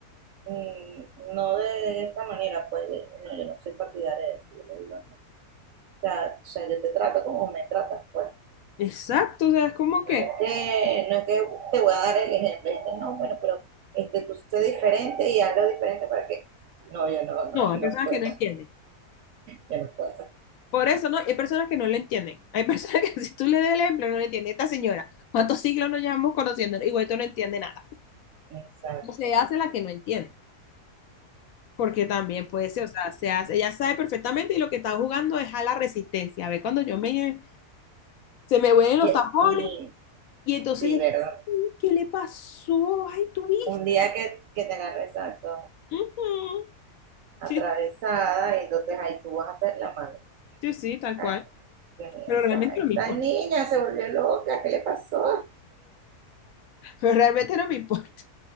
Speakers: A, on the right; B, on the left.
A: mm, no de esta manera, pues de- no, yo no soy partidaria de eso, yo le digo, sea, o sea, yo te trato como me tratas, pues.
B: Exacto, o sea, es como
A: No
B: que,
A: es que, no es que te voy a dar el ejemplo, este, no, bueno, pero este, tú sé diferente y hazlo diferente para que, no, yo no, no,
B: no,
A: <laughs>
B: hay
A: no
B: personas
A: puedo,
B: que no entienden.
A: yo no puedo.
B: Por eso no, hay personas que no lo entienden. Hay personas que <laughs> si tú le das el ejemplo no lo entienden. Esta señora, ¿cuántos siglos nos llevamos conociendo? Igual tú no entiende nada.
A: Exacto.
B: O se hace la que no entiende. Porque también puede ser, o sea, se hace- ella sabe perfectamente y lo que está jugando es a la resistencia. A ver, cuando yo me, se me vuelven los
A: Y,
B: tapones
A: y
B: y entonces
A: sí,
B: ella,
A: ¿verdad?
B: "Ay, ¿qué le pasó? Ay, tú viste.
A: Un día que, que te agarre exacto,
B: Ujú.
A: atravesada,
B: Sí,
A: y entonces ahí tú vas a hacer la mano.
B: sí, sí, tal
A: Ah,
B: cual.
A: que mira,
B: Pero
A: esta,
B: realmente no
A: esta
B: me importa.
A: niña se volvió loca, ¿qué le pasó?
B: <laughs> Pero realmente no me importa.